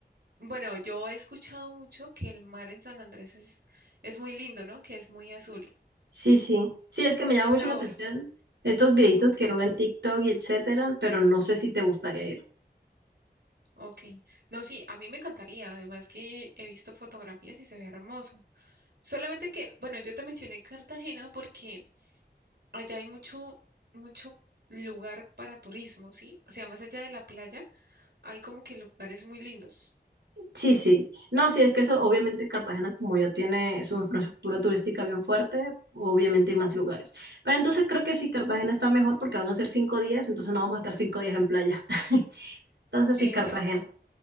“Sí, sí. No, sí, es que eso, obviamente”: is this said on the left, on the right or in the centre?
Right